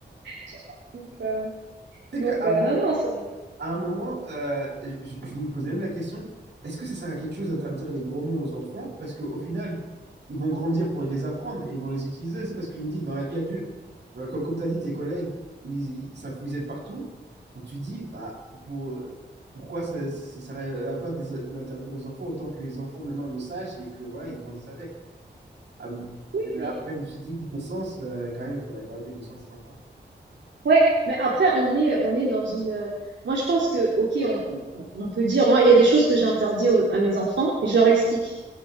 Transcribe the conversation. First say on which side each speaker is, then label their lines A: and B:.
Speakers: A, on the right; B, on the right.
A: Tu vois, Donc, euh,
B: tu
A: donc
B: sais qu'avant,
A: euh, non, non, ça.
B: à un moment, euh, je, je me posais même la question, est-ce que ça sert à quelque chose d'interdire les gros mots aux enfants? Parce qu'au final, ils vont grandir pour les apprendre et ils vont les utiliser aussi. Parce que je me dis, dans la vie adulte, euh, comme, comme tu as dit, tes collègues, ils, ils savent puiser de partout. Donc tu te dis, bah, pour, pourquoi ça, ça sert à quoi de l'interdire aux enfants autant que les enfants maintenant le sachent et que voilà, ils grandissent avec. Ah bon.
A: Oui,
B: Et
A: mais
B: Après, je me suis dit, l'innocence, euh, quand même, il faut la garder, l'innocence des enfants.
A: ouais, mais après, on est, on est dans une. euh, Moi, je pense que, ok, on, on- on peut dire. Moi, il y a des choses que j'ai interdites au- à mes enfants et je leur explique.